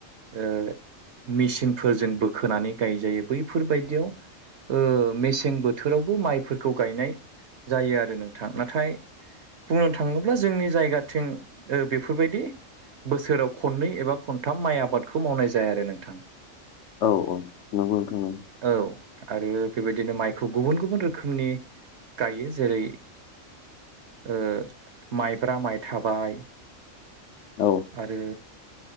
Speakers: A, on the right; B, on the left.
A: ओ मेसिनफोरजों बोखोनानै गायजायो। बैफोरबायदियाव ओ मेसें बोथोरावबो माइफोरखौ गायनाय जायो आरो नोंथां नाथाय बुंनो थाङोब्ला जोंनि जायगाथिं ओ बेफोरबायदि बोसोराव खननै एबा खनथाम माइ आबादखौ मावनाय जाया आरो नोंथां।
B: औ औ। नंगौ नोंथां नंगौ।
A: औ आरो बेबायदि बिदिनो माइखौ गुबुन गुबुन रोखोमनि गायो जेरै ओ माइब्रा माइ थाबाय
B: औ
A: आरो